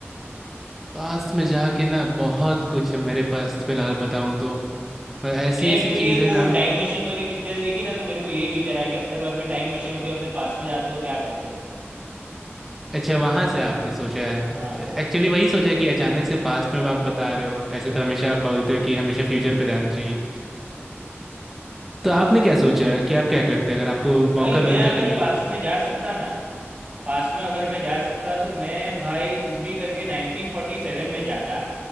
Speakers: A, in the centre; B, on the right.
A: पास्ट में जाके ना बहुत कुछ है मेरे पास फिलहाल बताऊं तो पर ऐसी
B: मैंने
A: ऐसी
B: एक्चुअली
A: चीज़ें
B: एक वो
A: ना
B: टाइम मशीन वाली पिक्चर देखी ना तो मेरे को यही विचार आया कि अपने पास भी टाइम मशीन होती अपने पास्ट में जाते तो क्या करते
A: अच्छा वहां से आपने सोचा है
B: हाँ
A: एक्चुअली वही सोचा कि अचानक से पास्ट में आप बता रहे हो ऐसे तो हमेशा आप बोलते हो कि हमेशा फ्यूचर पे ध्यान देना चाहिए तो आपने क्या सोचा है कि आप क्या करते अगर आपको
B: भाई
A: मौका
B: मैं
A: मिलता
B: अगर
A: कभी
B: पास्ट में जा सकता ना पास्ट में अगर मैं जा सकता तो मैं भाई कुछ भी करके 1947 में जाता